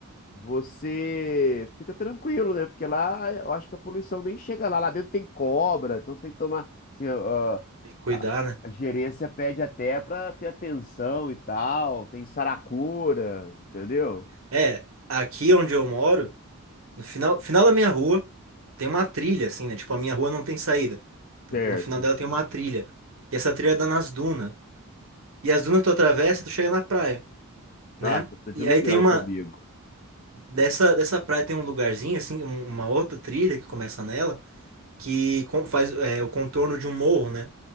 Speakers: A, on the left; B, on the right.
A: você fica tranquilo, né? Porque lá eu acho que a poluição nem chega lá. Lá dentro tem cobra, então você tem que tomar. Assim, a,
B: Tem que cuidar,
A: a-
B: né?
A: a gerência pede até pra ter atenção e tal. Tem saracura, entendeu?
B: É, aqui onde eu moro, no final, final da minha rua, tem uma trilha, assim, né? Tipo, a minha rua não tem saída.
A: Certo.
B: No final dela tem uma trilha. E essa trilha dá nas dunas. E as dunas tu atravessa e tu chega na praia, né?
A: Ah, você tá de
B: E
A: aluguel
B: aí tem uma.
A: comigo.
B: Dessa, dessa praia tem um lugarzinho, assim, um- uma outra trilha que começa nela. que con- faz é, o contorno de um morro, né?